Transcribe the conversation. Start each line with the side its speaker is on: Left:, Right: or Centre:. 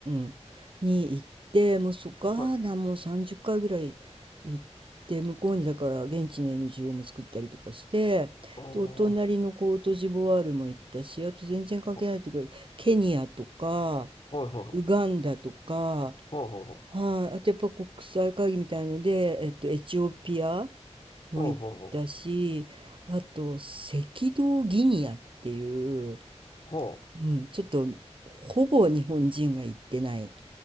Right: ん、に行ってもうそガーナも30回ぐらい行って向こうにだから現地の
Left: はい。
Right: NGO も作ったりとかしてでお隣のコートジボワールも行ったしあと全然関係ないというかケニアとか
Left: ああ。は、はいはいはい。
Right: ウガンダとか、
Left: はあはあは
Right: はい、あとやっぱ国際会議みたいので、えっと、エチオピアも行ったしあと赤
Left: あはあは
Right: 道ギニアっていう。
Left: あ。は
Right: うん、ちょっと、ほぼ日本人が行ってない、